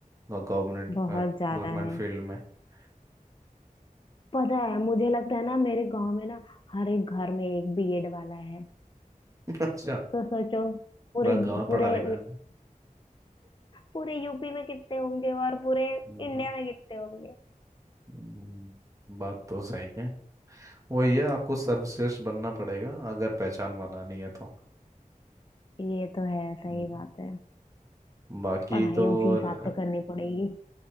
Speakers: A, on the right (about 20°); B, on the left (about 35°).
A: गवर्नमेंट
B: बहुत
A: गवर्नमेंट
B: ज्यादा है
A: फील्ड में <laughs>
B: पता है मुझे लगता है ना मेरे गांव में ना हर एक घर में एक बीएड वाला है
A: अच्छा
B: तो सोचो पूरे
A: पूरा गांव
B: पूरे
A: पढ़ा लिखा है
B: पूरे यूपी में कितने होंगे और पूरे इंडिया
A: ना
B: में कितने होंगे
A: हम्म, बात तो सही है वही है आपको सर्वश्रेष्ठ बनना पड़ेगा अगर पहचान बनानी है तो
B: ये तो है
A: हम्म,
B: सही बात है
A: बाकी
B: पढ़ाई
A: तो
B: उसी हिसाब
A: र-
B: से करनी पड़ेगी